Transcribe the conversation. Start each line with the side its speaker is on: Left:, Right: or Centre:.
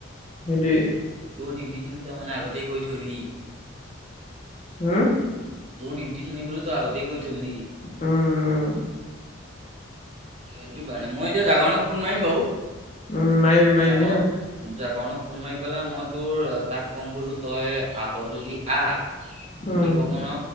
Left: সেইটোৱে।
Right: তোৰ ডিউটি খিনি তাৰ মানে আগতেই কৈ থলি।
Left: হম?
Right: তোৰ ডিউটি খিনি বোলো তই আগতে কৈ থলি।
Left: উম, উম।
Right: এইটো কাৰণে মই এতিয়া জাগৰণক ফোন মাৰিম বাৰু
Left: উম মাৰিবি মাৰিবি
Right: জাগৰণক
Left: হা
Right: জাগৰণক ফোন মাৰি পেলাই মই তোৰ তাক ক'ম বোলো তই আহ যদি আহ। সি
Left: উম
Right: ক'ব ন